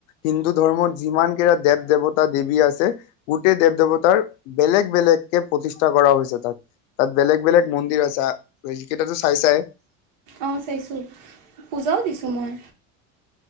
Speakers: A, on the left (about 85°); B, on the right (about 75°).
A: হিন্দু ধৰ্মত, যিমান কেইটা দেৱ - দেৱতা, দেৱী আছে গোটেই দেৱ দেৱতাৰ বেলেগ বেলেগ কে প্ৰতি ষ্ঠা কৰা হৈছে তাত, তাত বেলেগ বেলেগ মন্দিৰ আছে, সেইকেইটাটো চাইছাই
B: অঁ চাইছোঁ, পূজাও দিছোঁ মই।